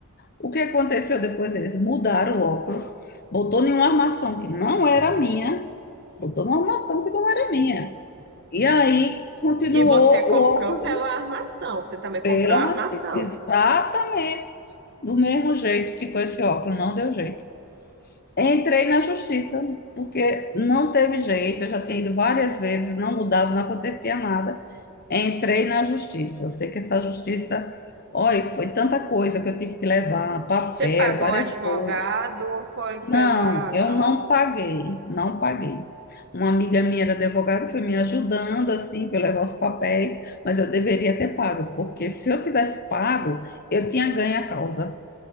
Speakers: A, on the left; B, on the right.
A: O que aconteceu depois? Eles mudaram o óculos, botou em uma armação que não era minha, botou numa armação que não era minha. E aí continuou
B: E você comprou
A: o óculos
B: pela armação, você também comprou
A: pela
B: a
A: ma-
B: armação.
A: exatamente do mesmo jeito ficou esse óculos, não deu jeito. Entrei na justiça, porque não teve jeito, eu já tinha ido várias vezes, não mudava, não acontecia nada. Entrei na justiça. Eu sei que essa justiça, olha, foi tanta coisa que eu tive que levar, papel,
B: Você pagou
A: várias
B: o advogado
A: coisas.
B: ou foi pela,
A: Não, eu
B: ah,
A: não paguei, não paguei. Uma amiga minha era advogada, foi me ajudando assim para eu levar os papéis, mas eu deveria ter pago, porque se eu tivesse pago, eu tinha ganho a causa.